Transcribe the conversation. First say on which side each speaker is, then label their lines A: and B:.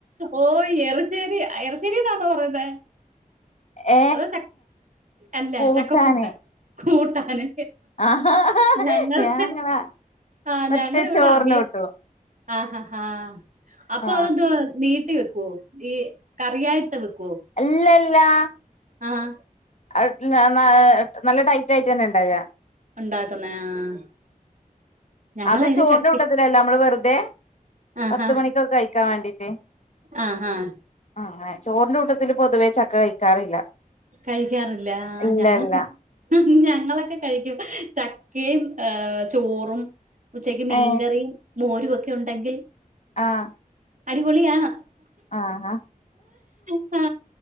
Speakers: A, on the right (about 60°); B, on the left (about 50°).
A: ഓഹ് എറ്ശ്ശേരി അഹ് എ ആന്നോ പറയ്ന്നെ.
B: ഏ
A: അതോ അല്ല
B: കൂട്ടാന്
A: ചക്കക്കൂട്ടാൻ. ക്കൂട്ടാന്
B: ആഹാ
A: ഞങ്ങള്
B: ഞാങ്ങളാ
A: ആഹ്
B: മറ്റേ
A: ഞങ്ങളിവിടെ
B: ചോറിന്
A: അവിയ
B: കൂട്ടും
A: ആഹ് ആഹ് ആഹ് അപ്പൊ
B: ആ
A: ത് നീട്ടി വെക്കുവോ? ഈ കറിയായിട് ട്ട് വെക്കൊ?
B: എല്ലല്ലാ.
A: ആഹ്!
B: അഹ് ട്ട് ന്നാ നല്ല ടൈറ്റായിട്ടന്നെ ണ്ടാവ.
A: ഉണ്ടാക്കുന്നെ. ആഹ് ഞങ്ങളതിന്
B: അത് ചോറ്ന്റെ
A: ചക്ക
B: കൂട്ടത്തിലല്ല അമ്മള് വെറുതെ
A: ആഹാ
B: പത്ത് മണിക്കൊക്കെ കഴിക്കാ വേണ്ടീട്ട്.
A: ആഹാ
B: ആഹ് അങ്ങനെ. ചോറിന്റെ കൂട്ടത്തില് പൊതുവേ ചക്ക കഴിക്കാറില്ല.
A: കഴിക്കാറില്ല. ആഹ്
B: ഇല്ല
A: ഞങ്ങള്
B: ഇല്ല
A: ച ഞങ്ങളൊക്കെ കഴിക്കും. ചക്കേം ചോറും ഉച്ചക്ക് മീൻകറിം
B: ഏ
A: മോരു ക്കെ ഉണ്ടെങ്കിൽ
B: ആഹ്!
A: അടിപൊളിയാണ്.
B: ആഹ് ഹാ
A: ആഹ് ഹാ